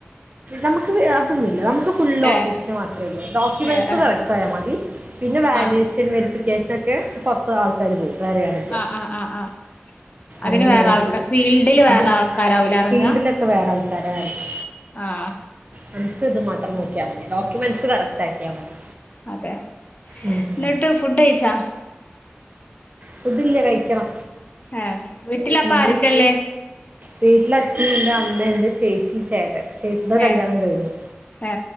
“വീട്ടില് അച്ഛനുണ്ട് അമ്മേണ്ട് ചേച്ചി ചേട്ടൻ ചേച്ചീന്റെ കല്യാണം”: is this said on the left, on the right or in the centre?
Right